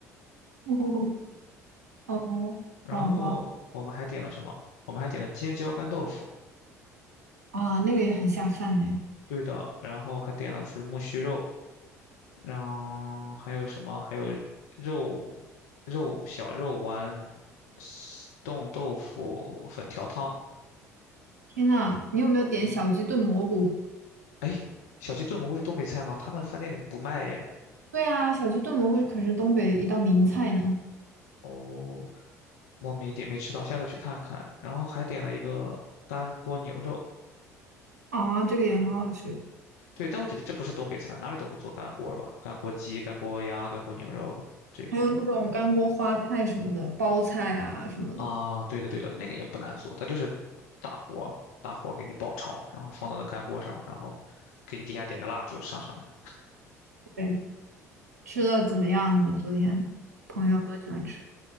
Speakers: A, on the right (about 80°); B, on the left (about 65°).
A: <laughs> 哦，
B: 然后我们还点了什么？
A: 好吧，
B: 我们还点了尖椒干豆腐，
A: 啊，那个也很下饭呢。
B: 对的，然后还点了粉木须肉，然后还有什么？还有肉肉小肉丸、丝冻豆腐、粉条汤。
A: 天呐，你有没有点小鸡炖蘑菇？
B: 哎，小鸡炖蘑菇是东北菜吗？他那饭店里不卖耶。
A: 对啊，小鸡炖蘑菇可是东北一道名菜呢。
B: 哦，我没点没吃到，下次去看看。然后还点了一个干锅牛肉，
A: 啊，这个也很好吃。
B: 对，但我觉得这不是东北菜，哪里都会做干锅吧？干锅鸡、干锅鸭、干锅牛肉，这个。
A: 还有那种干锅花菜什么的，包菜啊什么的。
B: 啊，对的对的，那个也不难做，它就是大火大火给你爆炒，然后放到了干锅上，然后给你底下点个蜡烛上上来。
A: 对，吃的怎么样？你们昨天朋友都喜欢吃？